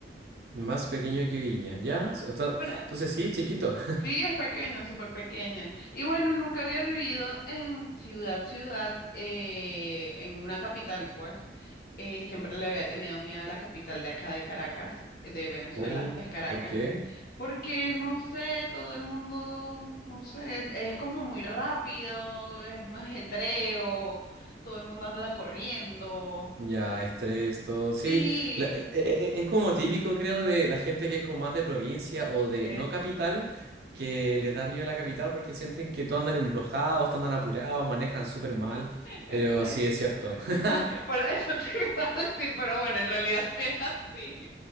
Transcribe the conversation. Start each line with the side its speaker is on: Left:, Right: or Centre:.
Right: más pequeño que Viña, ya,
Left: Ajá.
Right: s- o sea,
Left: Ahora,
Right: entonces sí, chiquito. <laughs>
Left: sí, es pequeño, súper pequeño. Y bueno, nunca había vivido en ciudad, ciudad, eh, en una capital, pues. Eh, siempre le había tenido miedo a la capital de acá de Caracas, de Venezuela,
Right: Oh,
Left: que es Caracas.
Right: ¿por qué?
Left: Porque no sé, todo el mundo, no sé, es como muy rápido, es un ajetreo, todo el mundo anda corriendo.
Right: Ya, estrés, todo, sí,
Left: Sí,
Right: la- e- e- es como típico, creo, de la gente que es como más de provincia o de
Left: es-
Right: no capital,
Left: eso,
Right: que les da miedo la capital porque sienten que todos andan enojados, todos andan apurados, manejan súper mal,
Left: exactamente.
Right: pero sí es cierto, <laughs>
Left: <laughs> Por eso te iba a decir, pero bueno, en realidad <laughs> sí es así.